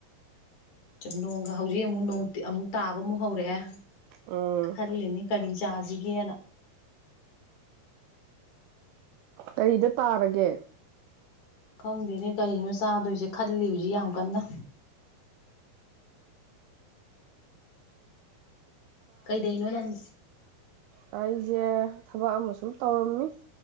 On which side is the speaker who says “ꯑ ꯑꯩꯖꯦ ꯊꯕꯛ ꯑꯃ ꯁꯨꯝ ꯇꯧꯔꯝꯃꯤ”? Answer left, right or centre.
Right